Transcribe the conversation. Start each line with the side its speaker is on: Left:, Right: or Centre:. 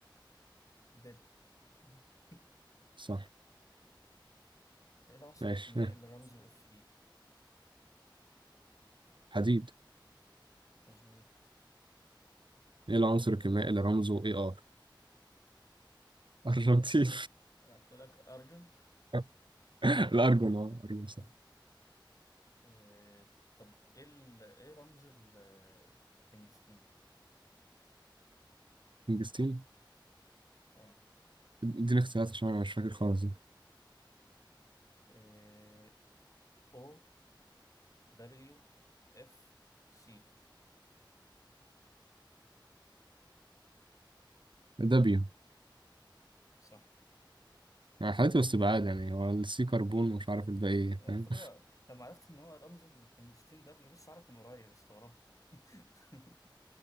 Left: بل <laughs>
Right: صح
Left: ايه العنصر
Right: ماشي
Left: الكيميائي
Right: <laughs>
Left: اللي رمزه اف اي
Right: حديد
Left: مظبوط
Right: ايه العنصر الكيميائي اللي رمزه اي ار؟ ارجنتين
Left: انا قلت لك ارجون
Right: <laughs> الارجون اه ارجون
Left: <laughs>
Right: صح
Left: آه، طب ايه ال- ايه رمز ال- التنجستين
Right: انجستين
Left: اه
Right: اديني اختيارات عشان انا مش فاكر خالص ده
Left: آه، او دبليو اف سي
Right: دابيو
Left: صح
Right: يعني حالته واستبعاد يعني هو السي كربون ومش عارف الباقي ايه
Left: على
Right: فاهم
Left: فكرة لما عرفت ان هو رمز التنجستين ده بس عارف من قريب استغربت <laughs>